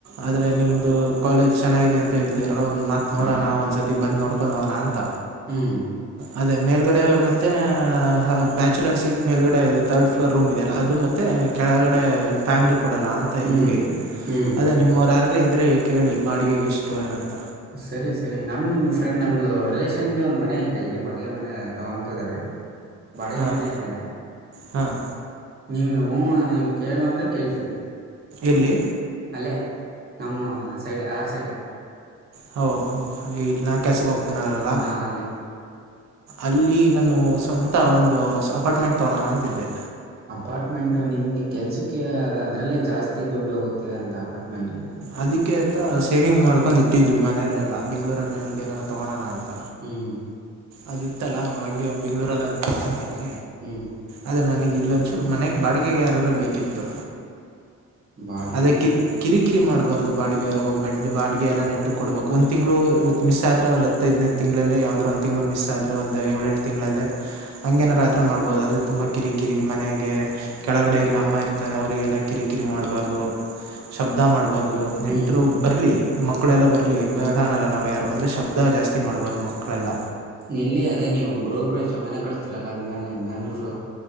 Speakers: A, on the right (about 60°); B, on the right (about 30°).
A: ಆದರೆ ನಿಮ್ದು ಕಾಲೇಜ್ ಚೆನ್ನಾಗಿದೆ ಅಂತ ಹೇಳ್ತಿದಾರಲ್ಲ ಒಂದು ಮಾತು ನೋಡೋಣ ಒಂದ್ಸರ್ತಿ ಬಂದು ನೋಡ್ಕೊಂಡು ಹೋಗೋಣ ಅಂತ
B: ಹ್ಮ್
A: ಅದೇ ಮೇಲ್ಗಡೆ ಮತ್ತೆ ಹ ಬ್ಯಾಚುಲರ್ಸಿಗೆ ಮೇಲುಗಡೆ ಇದು ತಥರ್ಡ್ ಫ್ಲೋರ್ ರೂಮ್ ಇದಾರೆ ಅದು ಮತ್ತುತ್ತ ಕೆಳಗಡೆ ಫ್ಯಾಮ್ಲಿ ಕೊಡಲ್ಲ ಅಂತ
B: ಹ್ಞೂ ಹ್ಞೂ
A: ಇದ್ವಿ
B: ಹ್ಞೂ
A: ಅದೇ ನಿಮ್ಮವರು ಯಾರಾರ ಇದ್ರೆ ಕೇಳಿ ಬಾಡಿಗೆಗೆ ಎಷ್ಟು ಏನಂತ
B: ಸರಿ ಸರಿ ನಮ್ ಫ್ರೆಂಡ್ ನಮ್ದು ರಿಲೇಷನ್ ಇಂದ ಒಂದ್ ಮನೆ ಐ ಎಲ್ಲಿ ಬಡಿಗೆ ಮನೆ ತಗೊತಾರೆ ಬಡಿಗೆ
A: ಹಾಂ
B: ಮನೆ ಇದೆ
A: ಹಾಂ
B: ನೀವು ಹಞ ನೀವು ಕೇಳುವ ಅಂದ್ರೆ ಕೇಳ್ತೀನಿ
A: ಎಲ್ಲಿ
B: ಅಲ್ಲೇ ನಮ್ಮ ಸೈಡ್ ಆರು ಸೈಡ್
A: ಹ ಇ ನಾ ಕ್ಯಾಶಗೆ ಹೋಗ್ತೇನಲ್ಲ
B: ಹಾ ಅಲ್ಲೇ
A: ಅಲ್ಲಿ ನ ಸೊ ಅಂತ ಒಂದು ಅಪಾರ್ಟ್ಮೆಂಟ್ ತಗೋಣ ಅಂತಿದ್ದೆ
B: ಅಪಾರ್ಟ್ಮೆಂಟು ನಿಮಗೆ ಕೆಲಸಕ್ಕೆ ಅದು ಅದರಲ್ಲೇ ಜಾಸ್ತಿ ದುಡ್ಡು ಹೋಗುತ್ತೆ ಅಂತ ಅಪಾರ್ಟ್ಮೆಂಟಿಗೆ
A: ಅದಕ್ಕೆ ಅಂತ ಸೇವಿಂಗ್ ಮಾಡ್ಕೊಂಡು ಇಟ್ಟಿದ್ವಿ ಮನೆಯಲ್ಲೆಲ್ಲ ಬೆಂಗ್ಳೂರಲ್ಲಿ ೇನಂದು ಏನಾದಾರೂ ತೊಗೋಣ ಅಂತ
B: ಹ್ಮ್
A: ಅದಿತ್ತಲ್ಲ ನಾ ಹಂಗೆ ಬೆಂಗ್ಗಳೂರಲ್ಲಿ ಅದ ತಗೊಂತೀನಿ
B: ಹ್ಮ್
A: ಆದದು ನನಗೆ ಇಲ್ಲೊಂದಸೂರು ಮನೆಗೆ ಬಾಡಿಗೆಗಾರರ ಬೇಕಿತ್ತು
B: ಬಾಡಿಗೆ
A: ಅದೇ
B: ಮನೆ
A: ಕಿ ಕಿರಿಕಿರಿ ಮಾಡ್ಬಾರ್ದು ಬಾಡಿಗೆವರು ಬ ಬಾಡಿಗೆ ಎಲ್ಲ ನೆಟ್ಟ ಕೊಡ್ಬೇಕು ಒಂದು ತಿಂಗಳು ಇ ಮಿಸ್ ಆದ್ರೆ ಒಂದು ಹತ್ತೈದನೇ ತಿಂಗಳಲ್ಲಿ ಯಾವ್ರು ಒಂದ ತಿಂಗಳು ಮಿಸ್ ಆದ್ರೆ ಒಂದ ಏಳೆಂು ತಿಂಗಳಲ್ಲಿಲ್ಲಿ ಹ ನಾರ್ರ ಮಾಡ್ಬಹುದು ಅ್ರೆ ತುಂಬಾ ಕಿರಿಕಿರಿ ಮನೆಗೆ ಕೆಳಗಡೆ ಇಲ್ಲಿ ಅಮ್ಮ ಇರ್ತಾರೆ ಅವರಿಗೆಲ್ಲ ಕಿರಿಕಿರಿ ಮಾಡಬಾರ್ದು ಉದ ಮಾಡಬಾರ್ದು ನೆಂಟರು
B: ಹ್ಞೂ
A: ಬರಲಿ ಮಕ್ಕಳೆಲ್ಲ ಬರಲಿ ಬೇಡಾನಲ್ಲ ನಾವು ಯಾರು ಅಂದರೆ ಶಬ್ದ ಜಾಸ್ತಿ ಮಾಡಬಾರ್ದು ಮಕ್ಕಳೆಲ್ಲ
B: ಎಲ್ಲಿ ಅದೇ ನೀವು ಗೃಹಪ್ರವೇಶ ಮನೆ ಕಿಸಸ್ತೀರಲ್ಲ ಅ ಆದ್ಮೇಲೆ ಮ್ಯಾಲಿ ಫ್ಲಾ